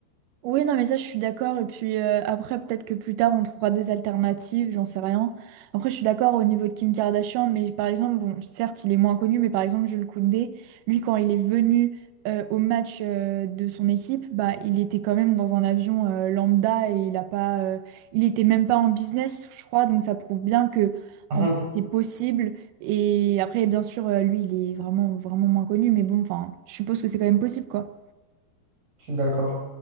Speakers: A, on the right; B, on the right.
A: Oui, non, mais ça, je suis d'accord. Et puis euh, après, peut-être que plus tard, on trouvera des alternatives, j'en sais rien. Après, je suis d'accord au niveau de Kim Kardashian, mais par exemple, bon, certes, il est moins connu, mais par exemple, Jules Koundé, lui, quand il est venu euh, au match euh, de son équipe, bah, il était quand même dans un avion euh, lambda et il a pas, euh, il était même pas en business, je crois. Donc, ça prouve bien que
B: Mhm.
A: en fait, c'est possible. Et après, bien sûr, euh, lui, il est vraiment, vraiment moins connu, mais bon, enfin, je suppose que c'est quand même possible, quoi.
B: Je suis d'accord.